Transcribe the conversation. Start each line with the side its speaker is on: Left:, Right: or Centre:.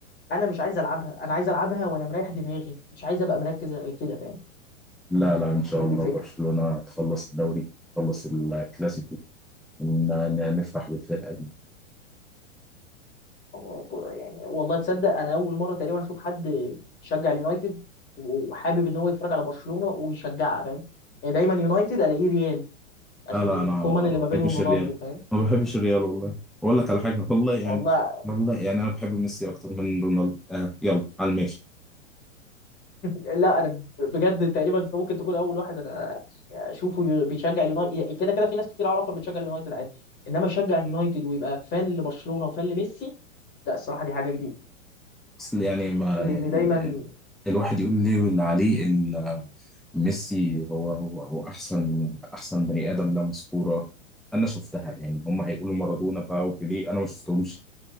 Left: انا مش عايز العبها انا عايز العبها وانا مريح دماغي مش عايز ابقى مركز كده فاهم
Centre: لا لا ان شاء الله
Left: دي الفكره
Centre: برشلونة تخلص الدوري تخلص الكلاسيكو ونفرح بالفرقة
Left: هو ب- يعني والله تصدق انا اول مره تقريبا اشوف حد يشجع اليونايتد وحابب ان هو يتفرج على برشلونه وبيشجعها فاهم يعني دايما يونايتد الاقيه ريال عشان
Centre: لا لا
Left: الكومان
Centre: انا ما
Left: اللي ما بينهم
Centre: بحبش
Left: رونالدو
Centre: الريال
Left: فاهم
Centre: ما بحبش الريال والله اقول لك على حاجه والله يعني
Left: والله
Centre: والله يعني انا بحب ميسي اكتر من رونالدو آه يلا على الماشي
Left: لا انا بجد تقريبا انت ممكن تكون اول واحد انا اشوفه يو- بيشجع اليونايتد كده كده في ناس كتير اعرفها بتشجع اليونايتد عادي انما يشجع اليونايتد ويبقى فان لبرشلونه وفان لميسي لا الصراحه دي حاجه جديده
Centre: بس يعني ما
Left: لان
Centre: يعني ال...
Left: دايما
Centre: ال... الواحد يقول ليه واللي عليه ال- ميسي هو هو هو احسن احسن بني ادم لا مسكوره انا شفتها يعني هم هيقولوا مارادونا بقى وبيليه انا ما شفتهمش